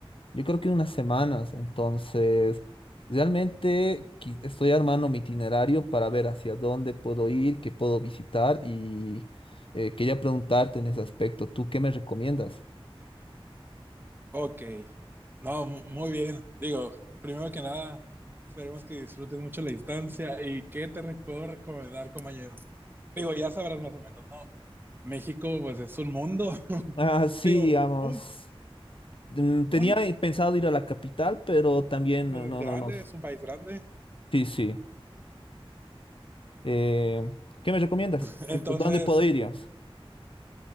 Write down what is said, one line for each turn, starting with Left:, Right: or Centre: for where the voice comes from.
Left: yo creo que unas semanas. Entonces, realmente qui- estoy armando mi itinerario para ver hacia dónde puedo ir, qué puedo visitar y eh, quería preguntarte en ese aspecto. ¿Tú qué me recomiendas?
Right: Ok, no, mu- muy bien. Digo, primero que nada, esperemos que disfrutes mucho la distancia y qué te re- puedo recomendar, compañero. Digo, ya sabrás más o menos, ¿no? México, pues es un mundo. <laughs>
Left: Ah, sí,
Right: Digo,
Left: digamos.
Right: un,
Left: mm, Tenía
Right: un-
Left: pensado ir a la capital, pero también
Right: pues
Left: no,
Right: es grande,
Left: no, no.
Right: es un país grande.
Left: Sí, sí. Eh, ¿qué me recomiendas?
Right: <laughs>
Left: ¿Qué-
Right: Entonces,
Left: ¿Dónde puedo ir, digamos?